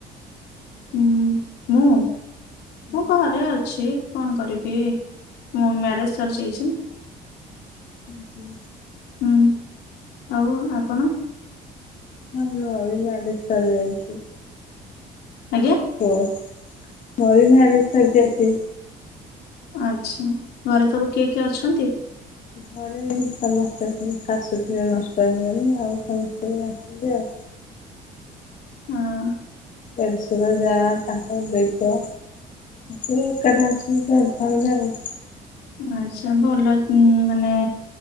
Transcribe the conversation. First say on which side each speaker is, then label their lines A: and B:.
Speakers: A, on the left; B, on the left.
A: ହୁଁ ମୁଁ
B: ହଁ
A: ମୁଁ ଘରେ ଅଛି। କଣ କରିବି? ଏ ମୋ ମ୍ୟାରେଜ୍ ସରିଯାଇଛି ନା।
B: ହୁଁ ହୁଁ।
A: ହୁଁ ଆଉ ଆପଣ?
B: ହୁଁ ମୁଁ ବି ଜାଡେସ୍ୱର ଯାଇଛି।
A: ଆଜ୍ଞା
B: ଓଅ ମୋର ବି ମ୍ୟାରେଜ୍ ସରି ଯାଇଚି।
A: ଆଚ୍ଛା ଘରେ ସବୁ କିଏ କିଏ ଅଛନ୍ତି?
B: ଘରେ ସମସ୍ତେ ଅଛନ୍ତି। ଶାଶୁ ଥିଲେ ନଷ୍ଟ ହେଇଗଲେଣି ଆଉ ସମସ୍ତେ ଅଛନ୍ତି ଆଉ।
A: ହଁ।
B: ଦେଶର ଯା ତାଙ୍କ ଦୈବ। ସେ ଏକାଠା ଅଛନ୍ତି ଚାରି ପାଞ୍ଚ ଜଣ।
A: ଆଛା ଭଲ ମାନେ